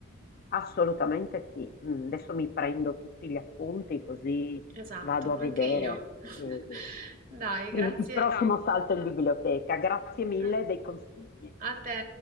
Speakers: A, on the left (about 40°); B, on the right (about 40°).
A: assolutamente sì. Mm, Adesso mi prendo tutti gli appunti così
B: Esatto,
A: vado a
B: anche
A: vedere
B: io. <laughs>
A: eh,
B: Dai,
A: il
B: grazie
A: il prossimo salto in biblioteca. Grazie mille
B: pe
A: dei consigli.
B: a te.